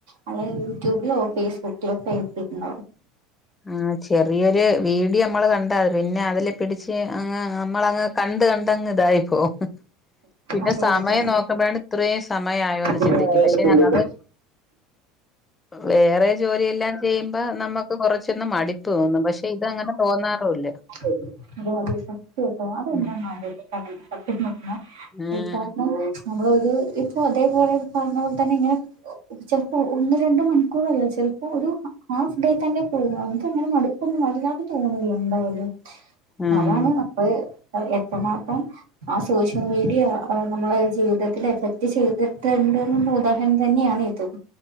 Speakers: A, on the right; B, on the left.
A: അത യൂട്യൂബിലോ ഫേസ്ബുക്കിലോക്കെ ആയിട്ടുണ്ടവും
B: ആ ചെറിയൊരു വീഡിയോ നമ്മള് കണ്ട പിന്നെ അതില് പിടിച്ച് അങ് നമ്മളങ്ങ്- കണ്ട് കണ്ടങ്ങ് തായിപ്പോവുംഹിഹി പിന്നെ
A: അതെ
B: സമയം
A: അതെ
B: നോക്കുമ്പോഴാണ് ഇത്രയും സമയായോന്ന്
A: അതെ
B: ചിന്തിക്കും പക്ഷെ ഞങ്ങള് വേറെ ജോലിയെല്ലാം ചെയ്യുമ്പ നമ്മക്ക് കുറച്ച് ട്ടെന്ന് മടിപ്പ് തോന്നും പക്ഷെ ഇതങ്ങനെ തോന്നാറുല്ല
A: <unintelligible> സത്യായിട്ടും അതെന്താണാവലെ
B: ഉം
A: <unintelligible>
B: ആഹ്
A: നമ്മളൊരു ഇപ്പൊ അതേപോലെ പറഞ്ഞ പോലെ തന്നെ ഇങ്ങനെ <unintelligible> ചെലപ്പോ ഒന്ന് രണ്ട മണിക്കൂറല്ല ചെലപ്പോ ഒരു ഹാഫ് ഡേ തന്നെ പോകഉമ്നേ ക്ക്ങ്ങനെ മടുപ്പൊന്നും വല്ലാതെ തോന്നൂല എന്തായാലും
B: ആഹ്
A: അതാണ് പ്പയ് എത്രമാത്രം ആസോഷ്യൽ മീഡിയ നമ്മളെ ജീവിതത്തിൽ എഫക്ട് ചെയ്തിട്ട്ണ്ട്ന്ന് തോ- ദഹൻ തന്നെയാണ് ഇതും